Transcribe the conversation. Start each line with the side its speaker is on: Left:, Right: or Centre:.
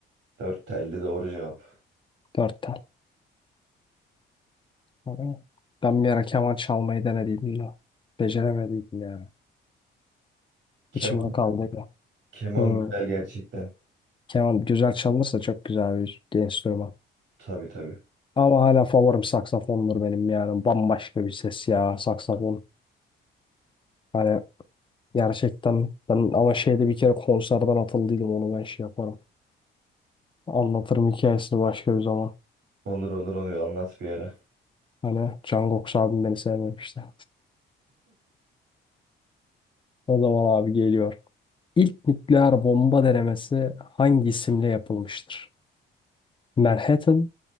Right: 4 telli doğru cevap.
Left: 4 Ama Ben bir ara keman çalmayı denediydim de. Beceremediydim yani.
Right: Keman,
Left: İçimde kaldıydı.
Right: keman
Left: Hmm.
Right: güzel gerçekten.
Left: Keman güzel çalınırsa çok güzel bir enstrüman.
Right: Tabii tabii.
Left: Ama hala favorim saksafondur benim yani. Bambaşka bir ses ya saksafon. Hani gerçekten ben ama şeyde bir kere konserden atıldıydım onu ben şey yaparım. Anlatırım hikayesini başka bir zaman.
Right: Olur olur onu anlat bir ara.
Left: Hani Can Goks abim beni sevmemişti. O zaman abi geliyor. İlk nükleer bomba denemesi hangi isimle yapılmıştır? Manhattan,